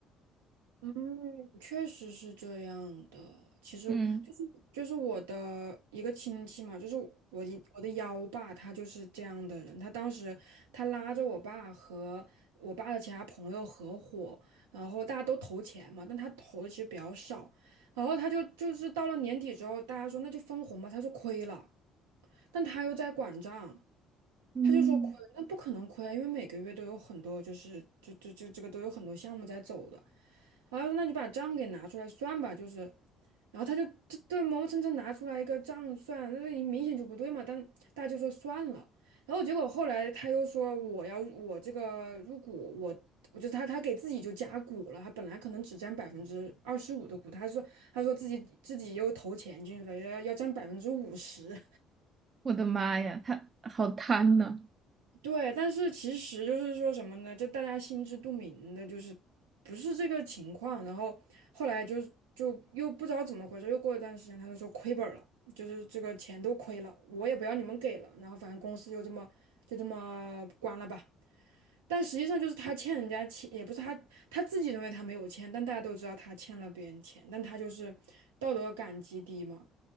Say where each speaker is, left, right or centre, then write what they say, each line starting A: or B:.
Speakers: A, on the right; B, on the right.
A: 嗯，确实是这样的。其实就是就是我的一个亲戚嘛，
B: <laughs> 嗯。
A: 就是我一我的幺爸，他就是这样的人。他当时他拉着我爸和我爸的其他朋友合伙，然后大家都投钱嘛，但他投的其实比较少。然后他就就是到了年底之后，大家说那就分红吧，他说亏了。但他又在管账，
B: 嗯，
A: 他就说亏，那不可能亏啊，因为每个月都有很多，就是就就就这个都有很多项目在走的。然后他说那你把账给拿出来算吧，就是，然后他就对对磨磨蹭蹭拿出来一个账算，那你明显就不对嘛，但大家就说算了。然后结果后来他又说我要我这个入股，我我就他他给自己就加股了，他本来可能只占百分之二十五的股，他说他说自己自己又投钱进去了，要要占百分之五十，
B: 我的妈呀，他好贪呐、
A: 对，但是其实就是说什么呢？就大家心知肚明的，就是不是这个情况。然后后来就就又不知道怎么回事，又过一段时间，他就说亏本儿了，就是这个钱都亏了，我也不要你们给了。然后反正公司就这么就这么关了吧。但实际上就是他欠人家钱，也不是他他自己认为他没有欠，但大家都知道他欠了别人钱，但他就是道德感极低嘛。